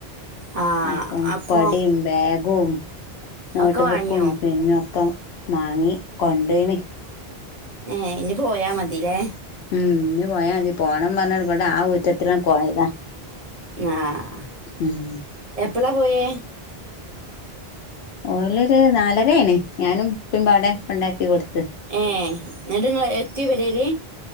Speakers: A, on the right; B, on the left.
A: ആ
B: അപ്പം
A: അപ്പോ
B: കൊടേം ബാഗും നോട്ട്
A: ഒക്കെ വാങ്ങിയോ
B: ബുക്കും പിന്നും ഒക്കെ വാങ്ങി കൊണ്ടനി
A: ഏഹ ഇനി പോയാ മതില്ലേ
B: ഉം ഇഞ് പോയാ മതി പോണം പറഞ്ഞാടവിടെ ആഹ ഊറ്റത്തിലാണ് പോയതാ.
A: ആഹ
B: ഉം
A: എപ്പളാ പോയേ?
B: ഓലൊര് നാലരയാണ് ഞാനും ഇപ്പപാടെ കൊണ്ടാക്കികൊടുത്തു.
A: ഏഹ എന്നിട്ട്ങ്ങള് എത്തിപെരേല്.